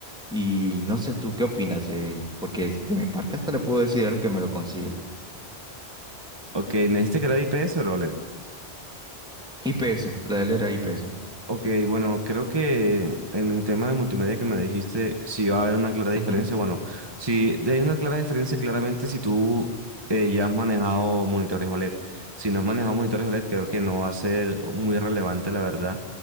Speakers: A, in the centre; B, on the right (about 25°).
A: Y no sé tú qué opinas, Eh, porque de mi parte hasta le puedo decir al que me lo consiga.
B: Ok, ¿me dijiste que era IPS o era OLED?
A: IPS, la de él era IPS.
B: Ok, bueno, creo que en el tema de multimedia que me dijiste, sí va a haber una clara diferencia.
A: Ujú,
B: Bueno, sí hay una clara diferencia, claramente si tú eh, ya has manejado monitores OLED. Si no has manejado monitores OLED, creo que no va a ser muy relevante, la verdad.